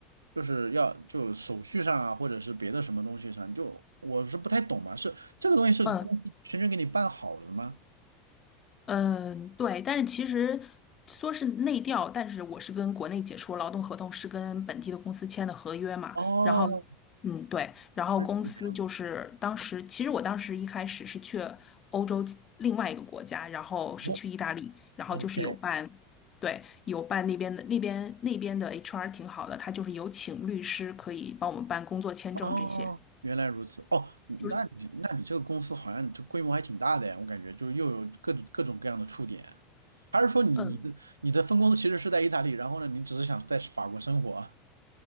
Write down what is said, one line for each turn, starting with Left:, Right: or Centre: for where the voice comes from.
Right: 就是要就手续上啊，或者是别的什么东西上，就我是不太懂嘛，是这个东西是公司全权给你办好了的吗？
Left: 嗯，嗯，对，但是其实说是内调，但是我是跟国内解除劳动合同，是跟本地的公司签的合约嘛。
Right: 哦，
Left: 然后，嗯，对，然后公司就是当时，
Right: 它是这样的。
Left: 其实我当时一开始是去欧洲另外一个国家，然后是去意大利，
Right: 哦
Left: 然后就是有办，
Right: ，OK。
Left: 对，有办那边的那边那边的 HR 挺好的，他就是有请律师可以帮我们办工作签证这些，
Right: 哦，原来如此。哦，你那你那你这个公司好像就规模还挺大的呀，
Left: 就是
Right: 我感觉就又有各种各种各样的触点。还是说你你的你的分公司其实是在意大利，
Left: 嗯，呃
Right: 然后呢，你只是想在法国生活啊？